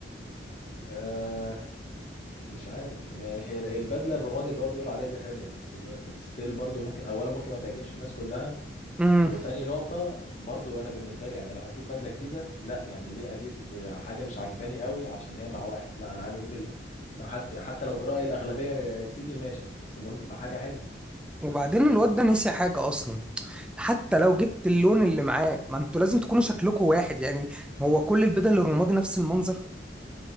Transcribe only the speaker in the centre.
امم
وبعدين الواد ده نسي حاجة اصلا حتى لو جبت اللون اللي معاه ما انتوا لازم تكونوا شكلكم واحد يعني ما هو كل البدل الرمادي نفس المنظر